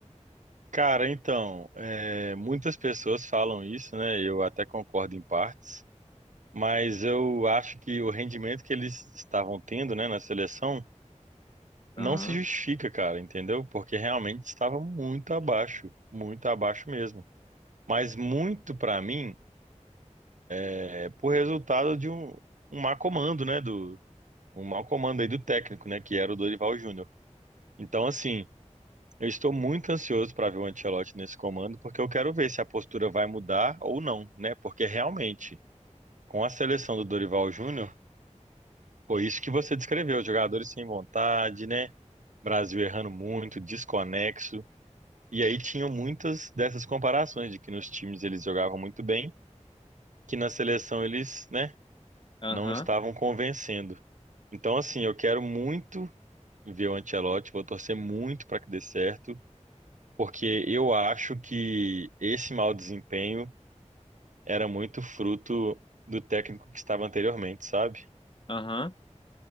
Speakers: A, on the right (about 80°); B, on the left (about 40°).
A: Cara, então, é, muitas pessoas falam isso, né? Eu até concordo em partes, mas eu acho que o rendimento que eles estavam tendo, né, na seleção não
B: Aham,
A: se justifica, cara, entendeu? Porque realmente estava muito abaixo, muito abaixo mesmo. Mas muito pra mim é por resultado de um, um má comando, né? Do, um mau comando aí do técnico, né? Que era o Dorival Júnior. Então, assim. Eu estou muito ansioso para ver o Ancelotti nesse comando, porque eu quero ver se a postura vai mudar ou não, né? Porque realmente, com a seleção do Dorival Júnior, foi isso que você descreveu, os jogadores sem vontade, né? Brasil errando muito, desconexo. E aí tinham muitas dessas comparações de que nos times eles jogavam muito bem, que na seleção eles, né,
B: aham,
A: não estavam convencendo. Então, assim, eu quero muito ver o Ancelotti, vou torcer muito para que dê certo. porque eu acho que esse mau desempenho era muito fruto do técnico que estava anteriormente, sabe?
B: aham.